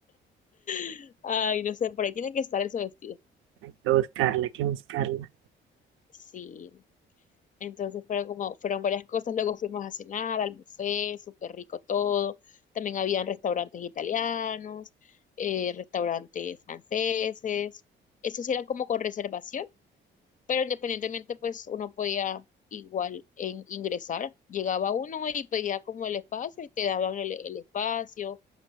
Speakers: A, on the left (about 40°); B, on the right (about 80°).
A: <laughs> Ay, no sé, por ahí tiene que estar ese vestido.
B: Hay que buscarla, hay que buscarla.
A: Sí. Entonces fueron como, fueron varias cosas, luego fuimos a cenar al buffet, súper rico todo, también habían restaurantes italianos, eh, restaurantes franceses, esos eran como con reservación, pero independientemente pues uno podía igual en, ingresar, llegaba uno y pedía como el espacio y te daban el, el espacio,